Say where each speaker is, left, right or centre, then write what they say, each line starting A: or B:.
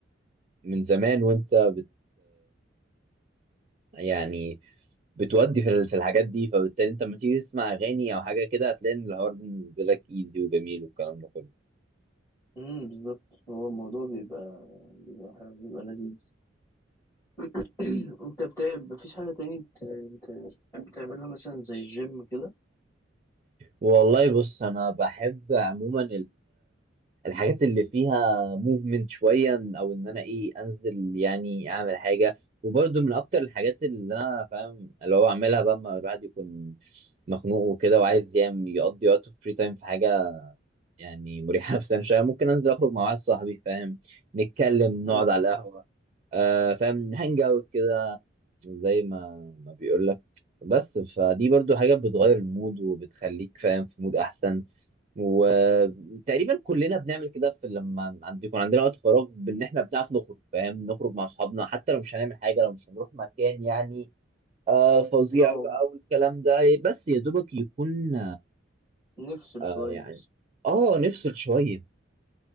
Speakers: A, on the right (about 35°); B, on the left (about 20°).
A: من زمان وانت بت يعني بتودي في ال- في الحاجات دي فبالتالي انت لما تيجي تسمع اغاني او حاجه كده هتلاقي ان الحوار بالنسبه لك ايزي وجميل والكلام ده كله
B: امم بالظبط هو الموضوع بيبقى بيبقى, بيبقى لذيذ <clears throat> انت بتاع مفيش حاجة تاني بت... بت... بتحب تعملها مثلا زي الجيم كده
A: والله بص انا بحب عموما الحاجات اللي فيها موفمنت شويه او ان انا ايه انزل يعني اعمل حاجه وبرده من اكتر الحاجات اللي انا فاهم اللي هو اعملها بقى لما الواحد يكون مخنوق وكده وعايز يعمل يقضي وقته فري تايم في حاجه يعني مريحه <laughs> نفسيا شويه ممكن انزل اخرج مع واحد صاحبي فاهم نتكلم نقعد
B: امم
A: على القهوه آه فاهم هانج اوت كده زي ما ما بيقول لك بس فدي برضو حاجه بتغير المود وبتخليك فاهم في مود احسن وتقريبا كلنا بنعمل كده في لما عند- يكون عندنا وقت فراغ بان احنا بنعرف نخرج فاهم نخرج مع اصحابنا حتى لو مش هنعمل حاجه لو مش هنروح مكان يعني آه فظيع
B: اه
A: بقى والكلام ده بس يا دوبك يكون
B: نفصل
A: آه
B: شوية
A: يعني اه نفصل شويه